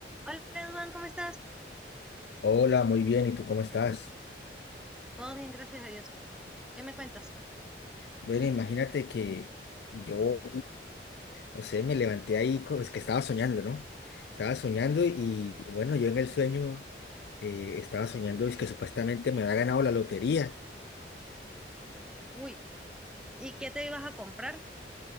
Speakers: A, in the centre; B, on the left.
A: Hola, Edwin, ¿cómo estás?
B: Hola, muy bien, ¿y tú cómo estás?
A: Todo bien, gracias a Dios. ¿Qué me cuentas?
B: Bueno, imagínate que yo, no sé, me levanté ahí, co- es que estaba soñando, ¿no? Estaba soñando y, y bueno, yo en el sueño eh, estaba soñando es que supuestamente me había ganado la lotería.
A: Uy, ¿y qué te ibas a comprar?